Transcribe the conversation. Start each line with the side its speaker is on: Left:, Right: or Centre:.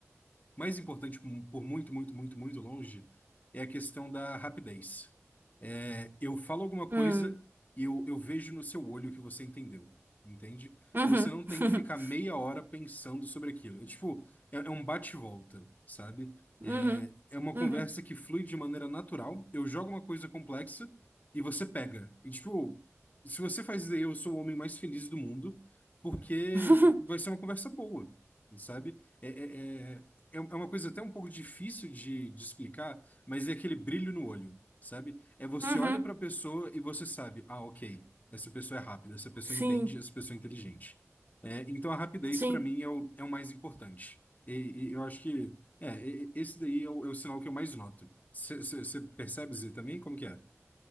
Left: mais importante por muito, muito, muito, muito longe é a questão da rapidez. É, eu falo alguma coisa
Right: Hum.
Left: e eu, eu vejo no seu olho que você entendeu, entende?
Right: Uhum.
Left: Você não tem
Right: <laughs>
Left: que ficar meia hora pensando sobre aquilo. É, tipo, é, é um bate e volta, sabe? É,
Right: Uhum.
Left: é uma
Right: Uhum.
Left: conversa que flui de maneira natural. Eu jogo uma coisa complexa e você pega. E, tipo, se você faz isso aí, eu sou o homem mais feliz do mundo, porque
Right: <laughs>
Left: vai ser uma conversa boa, sabe? É, é, é, é é uma coisa até um pouco difícil de, de explicar, mas é aquele brilho no olho, sabe? É você
Right: Uhum.
Left: olha para a pessoa e você sabe, ah, ok, essa pessoa é rápida, essa pessoa
Right: Sim,
Left: entende, essa pessoa é inteligente. É, então a rapidez
Right: sim.
Left: para mim é o, é o mais importante. E, e eu acho que é, e- e- esse daí é o, é o sinal que eu mais noto. Você percebe isso também? Como que é?